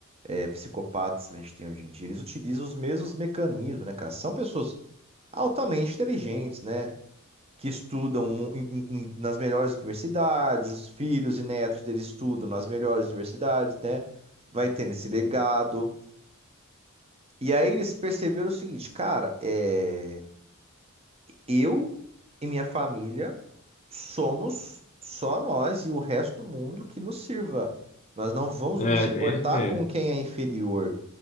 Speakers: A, on the right; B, on the left.
A: é, psicopatas que a gente tem hoje em dia, eles utilizam os mesmos mecanismos, né, cara? São pessoas altamente inteligentes, né? Que estudam mu- em- em- em- nas melhores universidades, os filhos e netos deles estudam nas melhores universidades, né? Vai tendo esse legado. E aí eles perceberam o seguinte, cara, é... eu e minha família somos só nós e o resto do mundo que nos sirva. Nós não vamos
B: É,
A: nos importar
B: bem, peraí.
A: com quem é inferior.